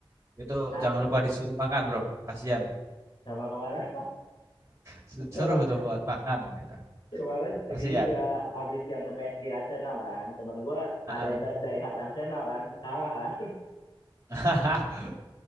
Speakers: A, on the right; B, on the left.
A: Itu
B: Ta-
A: jangan lupa disuruh makan, Bro. Kasihan.
B: Sama kemarin,
A: Suruh
B: <laughs> sama
A: itu buat makan gitu.
B: kemarin ini
A: Kasihan.
B: juga habis yang PSG Arsenal kan. Temen gue ada
A: Heeh.
B: yang da- Daihat Arsenal kan, kalah kan.
A: Hmm. <laughs>